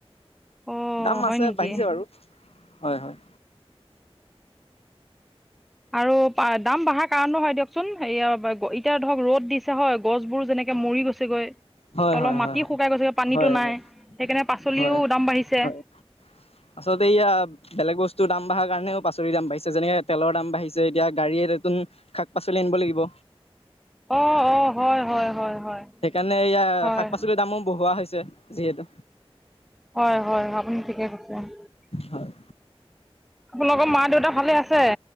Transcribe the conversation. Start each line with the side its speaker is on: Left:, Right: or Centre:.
Centre: অঁ
Left: দাম
Centre: হয়
Left: আছে
Centre: নেকি
Left: বাঢ়িছে বাৰু। হয় হয়
Centre: আৰু দাম বঢ়াৰ কাৰণো হয় দিয়কচোন, এতিয়া ধৰক ৰ'দ দিছে হয় গছবোৰ যেনেকে কে মৰি গৈছেগৈ
Left: হয়
Centre: তলৰ
Left: হয়
Centre: মাটি
Left: হয় হয়
Centre: শুকাই গৈছে, পানীটো
Left: হয়
Centre: নাই
Left: হয়
Centre: সেইকাৰণে পাচলিও
Left: হয়
Centre: দাম বাঢ়িছে।
Left: হয় আচলতে এইয়া বেলেগ বস্তুৰ দাম দাম বাঢ়াৰ কাৰণেও পাচলি দাম বাঢ়িছে। যেনেকে তেলৰ দাম বাঢি এতিয়া গাড়ীয়ে নতুন শাক পাচলি আনিব লাগিব।
Centre: অ অ হয় হয় হয় হয়
Left: মানে এয়া
Centre: হয়
Left: শাক পাচলিৰ দামো বঢ়োৱা হৈছে যিহেতু
Centre: হয় হয় আপুনি <unintelligible>
Left: হয়
Centre: আপোনালোকৰ মা দেউতা ভালে আছে?